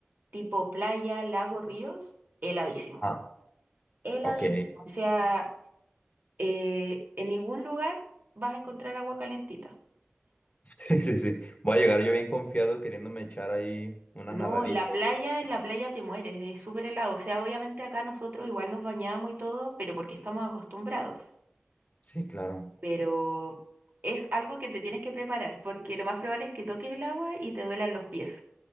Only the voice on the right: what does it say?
tipo playa, lago, ríos, heladísimo.
Él
O sea, eh, en ningún lugar vas a encontrar agua calentita.
No,
la playa,
en la playa te mueres, es súper helado. O sea, obviamente acá nosotros igual nos bañamos y todo, pero porque estamos acostumbrados.
Pero es algo que te tienes que preparar, porque lo más probable es que toques el agua y te duelan los pies.